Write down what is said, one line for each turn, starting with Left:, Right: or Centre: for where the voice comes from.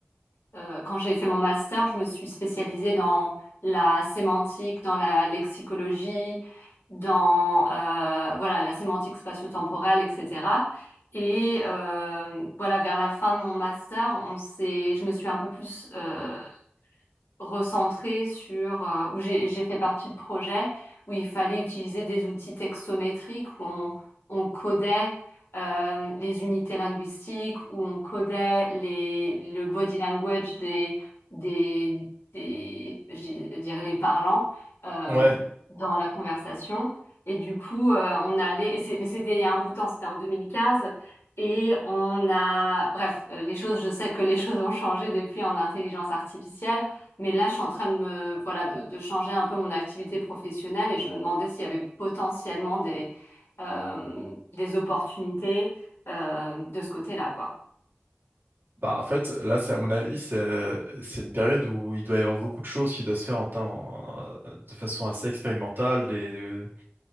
Left: Euh, quand j'ai fait mon master, je me suis spécialisée dans la sémantique, dans la lexicologie, dans euh, voilà la sémantique spatio-temporelle, etc. Et euh, voilà, vers la fin de mon master, on s'est, je me suis un peu plus euh, recentrée sur euh, où j'ai j'ai fait partie de projets où il fallait utiliser des outils textométriques où on, on codait euh, les unités linguistiques où on codait les le body language des des des je dis- je dirais les parlants euh,
Right: Ouais,
Left: dans la conversation et du coup euh, on allait et c'est- mais c'était il y a un bout de temps c'était en 2015 et on a, bref, euh, les choses, je sais que les <laughs> choses ont changé depuis en intelligence artificielle, mais là, je suis en train de me, voilà, de, de changer un peu mon activité professionnelle et je me demandais s'il y avait potentiellement des, euh, des opportunités euh, de ce côté-là, quoi.
Right: Bah, en fait, là, c'est à mon avis, c'est c'est une période où il doit y avoir beaucoup de choses qui doivent se faire en, temps- en- de façon assez expérimentale. des- des-